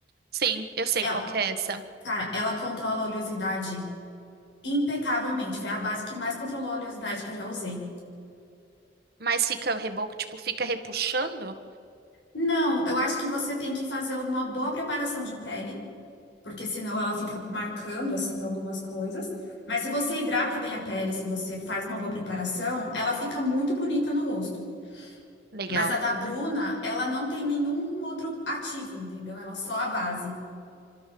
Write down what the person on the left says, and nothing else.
Ela,
cara, ela controla a oleosidade impecavelmente. Foi a base que mais controlou a oleosidade que eu já usei.
Não, eu acho que você tem que fazer uma boa preparação de pele. porque senão ela fica marcando assim algumas coisas. Mas se você hidrata bem a pele, se você faz uma boa preparação, ela fica muito bonita no rosto.
Mas a da Bruna, ela não tem nenhum outro ativo, entendeu? Ela só a base.